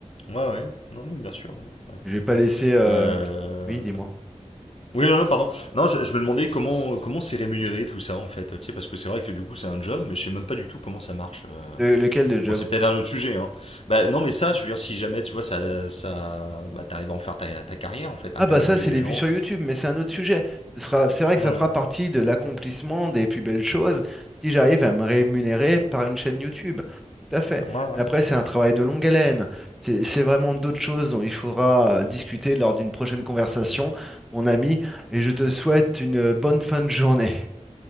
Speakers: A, on the left; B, in the centre.
A: Ouais, ouais. Non, mais bien sûr. ouais, ouais.
B: Je vais pas laisser... euh,
A: Euh,
B: Oui, dis-moi.
A: Oui, non, non, pardon. Non, je, je me demandais comment comment c'est rémunéré tout ça, en fait. Tu sais, parce que c'est vrai que du coup, c'est un job, mais je sais même pas du tout comment ça marche. Euh,
B: De- lequel de job?
A: Bon, c'est peut-être un autre sujet, hein. Bah, non, mais ça, je veux dire, si jamais, tu vois, ça, ça, bah, t'arrives à en faire ta, ta carrière, en fait,
B: Ah
A: interviewer
B: bah ça, c'est
A: des
B: les
A: gens.
B: vues sur YouTube, mais c'est un autre sujet. Ce sera, c'est vrai que
A: Ouais.
B: ça fera partie de l'accomplissement des plus belles choses si j'arrive à me rémunérer par une chaîne YouTube. Tout à fait.
A: Ouais, ouais.
B: Mais après, c'est un travail de longue haleine. C'est, c'est vraiment d'autres choses dont il faudra euh, discuter lors d'une prochaine conversation, mon ami, et je te souhaite une bonne fin de journée.